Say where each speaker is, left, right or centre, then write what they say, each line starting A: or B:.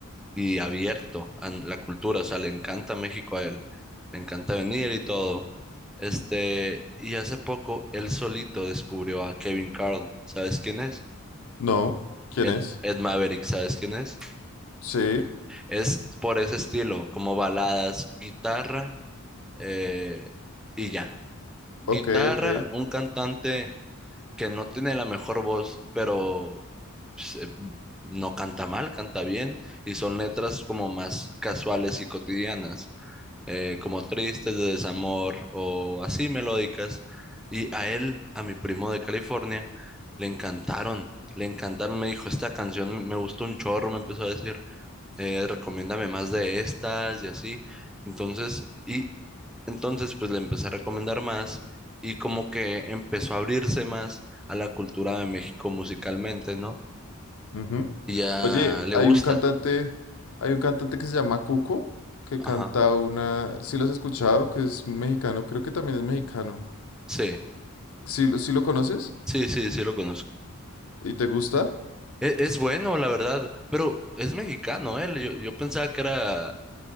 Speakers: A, in the centre; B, on the left.
A: y abierto a la cultura, o sea, le encanta México a él, le encanta venir y todo. Este, y hace poco él solito descubrió a Kevin Carl, ¿sabes quién es?
B: No, ¿quién
A: Ed,
B: es?
A: Ed Maverick, ¿sabes quién es?
B: Sí,
A: Es por ese estilo, como baladas, guitarra eh, y ya. Guitarra,
B: ok, ok.
A: un cantante que no tiene la mejor voz, pero pues, eh, no canta mal, canta bien, y son letras como más casuales y cotidianas. eh, como tristes, de desamor o así melódicas. Y a él, a mi primo de California, le encantaron, le encantaron. Me dijo, esta canción me gustó un chorro, me empezó a decir, eh, recomiéndame más de estas y así. Entonces, y entonces pues le empecé a recomendar más y como que empezó a abrirse más a la cultura de México musicalmente, ¿no?
B: ujú.
A: Y ya
B: Oye,
A: le
B: hay
A: gusta.
B: un cantante, hay un cantante que se llama Cuco, que canta
A: Ajá.
B: una, sí lo has escuchado? Que es mexicano, creo que también es mexicano.
A: Sí,
B: ¿Sí, lo- sí lo conoces?
A: sí, sí, sí lo conozco.
B: ¿Y te gusta?
A: E- Es, bueno, la verdad, pero es mexicano él. Yo, yo pensaba que era